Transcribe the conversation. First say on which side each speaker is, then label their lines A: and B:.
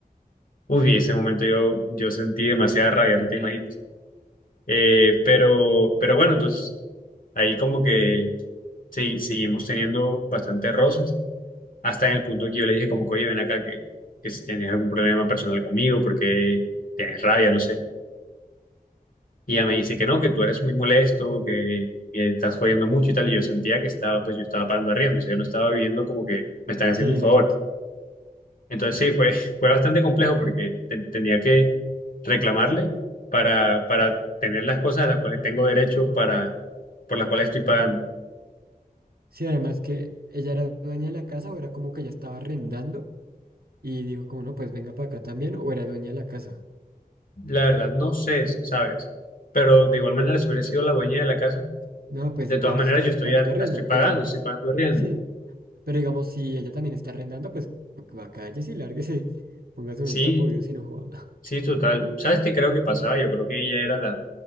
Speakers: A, on the left; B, on the right.
A: Uy, ese momento yo, yo sentí demasiada rabia, no te imaginas. Eh, pero, pero bueno, entonces ahí como que se- seguimos teniendo bastantes roces, hasta en el punto que yo le dije como que, oye, ven acá, que, que si tienes algún problema personal conmigo, porque tienes rabia, no sé. Y ella me dice que no, que tú eres muy molesto, que me estás jodiendo mucho y tal, y yo sentía que estaba, pues yo estaba pagando arriendo, o sea, yo no estaba viviendo como que me están haciendo
B: Sí,
A: un favor. Entonces sí, fue, <laughs> fue bastante complejo porque te- tenía que reclamarle para, para tener las cosas a las cuales tengo derecho para, por las cuales estoy pagando.
B: Sí, además que ella era dueña de la casa o era como que ella estaba arrendando y dijo como no, pues venga para acá también o era dueña de la casa.
A: La verdad, no sé, ¿sabes? Pero de igual manera, si hubiera sido la dueña de la casa,
B: No, pues
A: de
B: igual
A: todas maneras
B: tú estás
A: yo estoy,
B: pagando
A: ar-
B: arriendo,
A: estoy pagando,
B: pero
A: estoy pagando riendo.
B: sí, pero digamos si ella también está arrendando, pues va cállese y lárguese, <laughs> póngase
A: Sí,
B: unos tapoyos y no joda.
A: sí,
B: <laughs>
A: total. ¿Sabes qué creo que pasaba? Yo creo que ella era la,